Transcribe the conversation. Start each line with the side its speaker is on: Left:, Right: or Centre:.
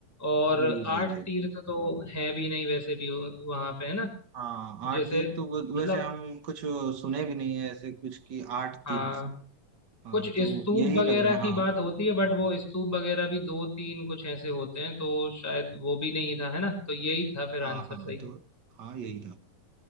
Centre: और
Right: जी
Centre: आठ
Right: जी जी
Centre: तीर्थ तो है भी नहीं वैसे भी वहां पे है ना
Right: हाँ आठ
Centre: जैसे
Right: तीर्थ तो वो-
Centre: मतलब
Right: वैसे हम कुछ सुने भी नहीं है ऐसे कुछ कि आठ तीर्थ
Centre: हाँ
Right: हाँ
Centre: कुछ
Right: तो
Centre: स्तूप
Right: यही
Centre: वगैरह
Right: लग रहा है हाँ
Centre: की बात होती है बट वो स्तूप वगैरह भी दो तीन कुछ ऐसे होते हैं तो शायद वो भी नहीं था है ना तो यही था फिर
Right: हाँ
Centre: आंसर
Right: हाँ
Centre: सही
Right: तो हाँ यही था